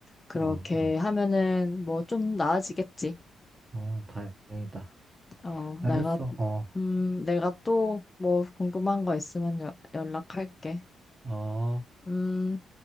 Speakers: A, on the left; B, on the right.
A: 그렇게
B: 어, 어,
A: 하면은 뭐 좀 나아지겠지.
B: 어, 다행이다.
A: 어,
B: 알겠어,
A: 내가,
B: 어,
A: 음, 내가 또 뭐 궁금한 거 있으면 여, 연락할게.
B: 어.
A: 음.